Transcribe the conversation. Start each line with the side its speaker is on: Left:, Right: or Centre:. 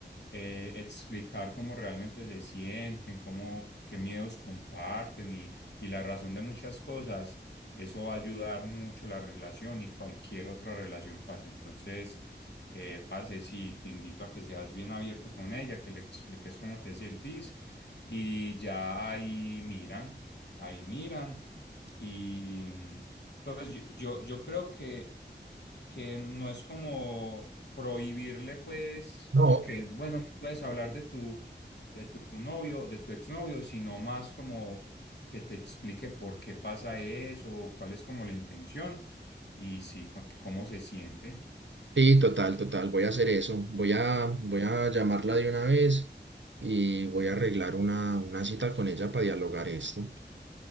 Left: eh, explicar cómo realmente se sienten, cómo, qué miedos comparten y, y la razón de muchas cosas, eso va a ayudar mucho la relación y cualquier otra relación, parce. Entonces, eh, parce, sí, te invito a que seas bien abierto con ella, que le expliques cómo te sentís y ya ahí miran, ahí miran. Y mm, pues yo, yo, yo creo que, que no es como prohibirle, pues,
Right: No,
Left: como que, bueno, no puedes hablar de tu, de tu novio, de tu exnovio, sino más como que te explique por qué pasa eso, o cuál es como la intención, y sí, cu- cómo se siente.
Right: Sí, total, total. Voy a hacer eso. Voy a, voy a llamarla de una vez y voy a arreglar una, una cita con ella para dialogar esto.